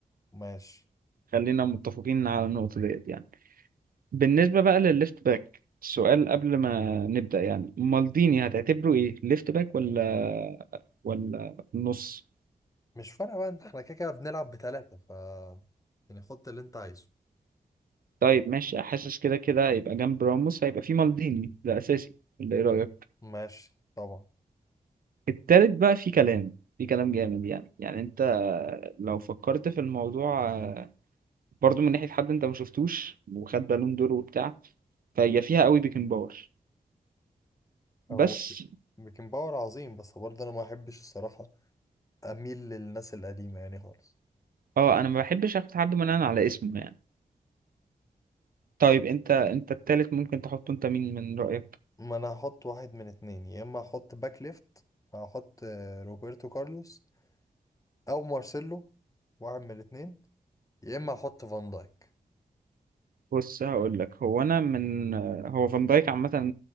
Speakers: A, on the left; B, on the right.
A: ماشي
B: خلينا متفقين على النقطة ديت يعني بالنسبة بقى للليفت باك السؤال قبل ما نبدأ يعني مالديني هتعتبره ايه ليفت باك ولا ولا في النص
A: مش فارقة بقى احنا كده كده بنلعب بتلاتة ف يعني حط اللي انت عايزه
B: طيب ماشي حاسس كده كده هيبقى جنب راموس هيبقى في مالديني ده أساسي ولا ايه رأيك
A: ماشي طبعا
B: التالت بقى في كلام في كلام جامد يعني يعني انت لو فكرت في الموضوع آه، برضو من ناحية حد انت ما شفتوش وخد بالون دور وبتاع فهي فيها قوي بيكن باور
A: هو
B: بس
A: بيكن باور عظيم بس برضه انا ما احبش الصراحة اميل للناس القديمه يعني خالص
B: اه انا ما بحبش اخد حد من انا على اسمه يعني طيب انت انت التالت ممكن تحطه انت مين من رأيك
A: ما انا هحط واحد من اتنين يا اما احط باك ليفت فهحط آه، روبرتو كارلوس او مارسيلو واحد من الاتنين يا اما احط فان دايك
B: بص هقول لك هو انا من هو فان دايك عامة